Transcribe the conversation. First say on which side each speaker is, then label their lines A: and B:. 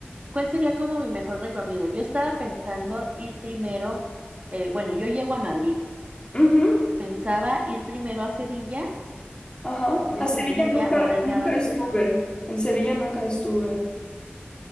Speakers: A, on the right (about 35°); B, on the left (about 25°).
A: ¿Cuál sería como mi mejor recorrido? Yo estaba pensando ir primero, eh, bueno, yo llego a Madrid.
B: Ujú,
A: Pensaba ir primero a Sevilla,
B: ajá.
A: de
B: A
A: Sevilla
B: Sevilla nunca,
A: moverme
B: nunca
A: a Barcelona.
B: estuve. En Sevilla nunca estuve.